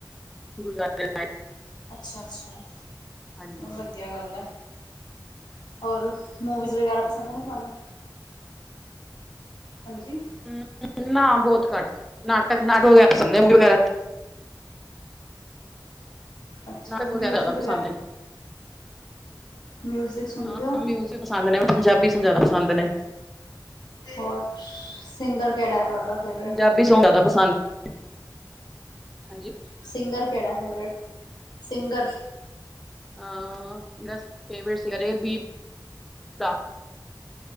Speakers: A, in the centre; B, on the left (about 70°).
A: ਗੁਜ਼ਾਰੇ
B: ਅੱਛਾ-ਅੱਛਾ।
A: ਹਾਂਜੀ।
B: ਵਧੀਆ ਗੱਲ ਹੈ, ਹੋਰ ਮੂਵੀਜ਼ ਵਗੈਰਾ ਪਸੰਦ ਨੇ ਤੁਹਾਨੂੰ? ਹਾਂਜੀ।
A: ਹੂੰ ਨਾ ਬਹੁਤ ਘੱਟ ਨਾਟਕ-ਨਾਟਕ ਨਹੀਂ ਮੁਵੀ ਵਗੈਰਾ।
B: ਅੱਛਾ
A: ਨਾਟਕ ਵਗੈਰਾ
B: ਮਿਊਜ਼ਿਕ
A: ਜਯਾਦਾ ਪਸੰਦ ਨੇ।
B: ਮਿਊਜ਼ਿਕ ਸੁਣਦੇ
A: ਹਾਂ
B: ਹੋ
A: ਮਿਊਜ਼ ਪਸੰਦ ਨੇ, ਪੰਜਾਬੀ ਸ ਜ਼ਿਆਦਾ ਪਸੰਦ ਨੇ।
B: ਹੋਰ ਸਿੰਗਰ ਕਿਹੜਾ ਹੈ ਤੁਹਾਡਾ? ਫੇਵਰੇਟ
A: ਪੰਜਾਬੀ ਸੌਂਗ ਜਾ਼ਦਾ ਪਸੰਦ ਨੇ, ਹਾਂਜੀ?
B: ਸਿੰਗਰ ਕਿਹੜਾ ਫੇਵਰੇਟ, ਸਿੰਗਰ?
A: ਆ ਮੇਰਾ ਫੇਵਰਿਟ ਸਿੰਗ ਏ ਬੀ ਪਰਾ